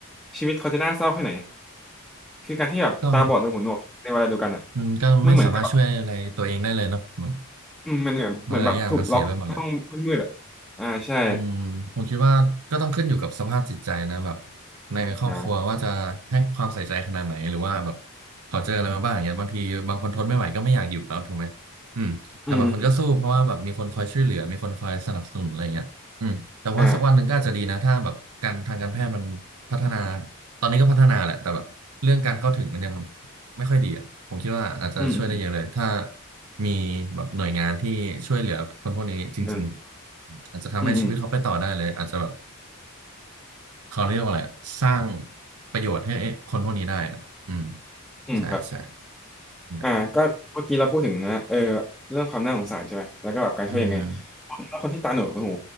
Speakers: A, in the centre; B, on the right (about 80°).
A: ชีวิตเขาจะน่าเศร้าแค่ไหนคือการที่แบบตาบอดหรือหูหนวกในเวลาเดียวกันอ่ะ
B: ก็มันก็ไม่สามารถช่วยอะไรตัวเองได้เลยเนาะมัน
A: มันเหมือนกับแบบอืมมันเหมือนเหมือนแบบถูกล็อกห้องห้องมืดอ่ะอ่าใช่
B: หลายอย่างมันเสียไปหมดเลย อืมผมคิดว่าก็ต้องขึ้นอยู่กับสภาพจิตใจนะแบบในครอบครัวว่าจะให้ความใส่ใจขนาดไหนหรือว่าแบบ
A: อ่า
B: เขาเจออะไรมาบ้างอย่างเงี้ยบางทีบางคนทนไม่ไหวก็ไม่อยากอยู่แล้วถูกไหมอืมแต่บางคนก็สู้เพราะว่าแบบมีคนคอยช่วยเหลือมีคนคอยสนับสนุนอะไรเงี้ยอืมแต่ว่าสักวันหนึ่งก็อาจจะดีนะถ้าแบบการทางการแพทย์มันพัฒนา
A: อืม อ่า
B: ตอนนี้ก็พัฒนาแหละแต่แบบเรื่องการเข้าถึงมันยัง ไม่ค่อยดีอ่ะผมคิดว่าอาจจะช่วยได้เยอะเลยถ้า
A: อืม
B: มีแบบหน่วยงานที่ช่วยเหลือคนพวกนี้จริงๆอาจจะทำให้ชีวิตเขาไปต่อได้เลยอาจจะแบบ
A: อืมอืมอืม
B: เขาเรียกว่าอะไรอะสร้างประโยชน์ให้คนพวกนี้ได้อ่ะอืม
A: อืมครับ
B: ใช่ใช่นะ
A: อ่าก็เมื่อกี้เราพูดถึงนะเออเรื่องความน่าสงสารใช่ไหมแล้วก็แบบการช่วยยังไง
B: อืม
A: ผมคิดว่าคนที่ตาหนวกหู